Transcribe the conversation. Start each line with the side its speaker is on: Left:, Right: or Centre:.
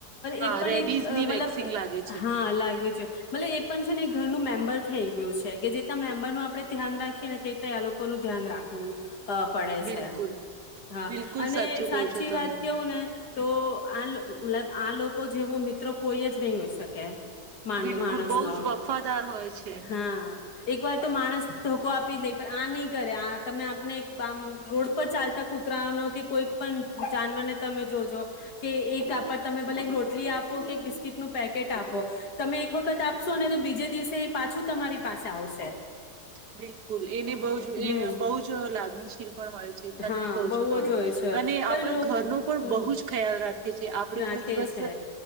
Right: હા
Left: એ પણ
Right: રેબીઝની
Left: એક
Right: વેક્સિંગ
Left: મતલબ
Right: લાગે છે
Left: હા લાગવી જો મતલબ એ પણ છે ને ઘરનું મેમ્બર થઈ ગયું છે કે જે મેમ્બર નું આપડણે ધ્યાન રાખીએ ને તે તે આ લોકો નું ધ્યાન રાખવું. પડે
Right: બિલકુલ
Left: છે હા
Right: બિલકુલ
Left: અને
Right: સાચું
Left: સાચી
Right: કહો છો તમે
Left: વાત કેવું ને તો આલ મતલબ આ લોકો જેવો મિત્રો કોઈ જ નહી હોઈ શકે. માણ
Right: બિલકુલ
Left: માણસનો
Right: બહુ જ વફાદાર હોય છે.
Left: હા એક વાર તો માણસ ધોકો આપી જ લઈ પણ આની કરે આ તમે આપને બામ રોડ પર ચાલતા કૂતરાઓનો કે કોઈક પણ જાનવરને તમે જોજો, કે એક આપ તમે ભલે એક રોટલી આપો કે એક બિસ્કીટનું પેકેટ આપો, તમે એક વખત આપશો ને તો બીજે દિવસે પાછું તમારી પાસે આવશે.
Right: બિલકુલ. એને બહ જ
Left: હમ
Right: બહુ જ લાગણીશીલ પણ હોય છે સાચું
Left: હા
Right: કહ
Left: બહુ
Right: છો તમે,
Left: જ હોય છે
Right: અને આપણા
Left: પણ લોકો
Right: ઘરનો પણ
Left: હમ
Right: બહુ જ ખ્યાલ રાખે છે. આપણે
Left: રાખે
Right: કોઈ દિવસ
Left: છે